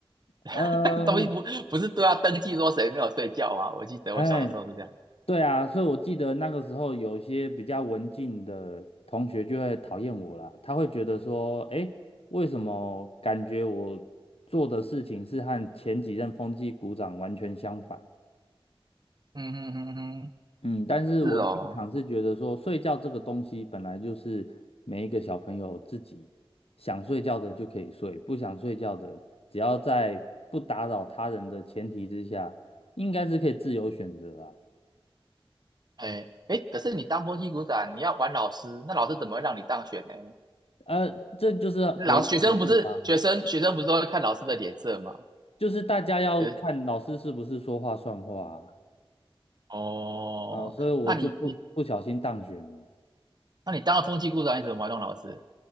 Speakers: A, on the left; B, on the right.
A: 呃，
B: <laughs> 东西不不是都要登记说谁没有睡觉吗？我记得我小时候是这样。
A: 哎，对啊，所以我记得那个时候有些比较文静的同学就会讨厌我啦，他会觉得说，哎，为什么感觉我做的事情是和前几任风纪股长完全相反？
B: 嗯哼哼哼，嗯
A: 嗯，但是我的立场是觉得说，
B: 是哦。
A: 睡觉这个东西本来就是每一个小朋友自己想睡觉的就可以睡，不想睡觉的，只要在不打扰他人的前提之下，应该是可以自由选择啊。
B: 哎哎，可是你当风气股长，你要玩老师，那老师怎么会让你当选呢？
A: 呃，这就是微妙的地方，
B: 老学生不是学生，学生不是都会看老师的脸色吗？
A: 就是大家要看老师是不是说话算话
B: 就是哦，
A: 啊，啊，所以我就不不小心当选了。
B: 那你你那你当了风气股长，你怎么玩弄老师？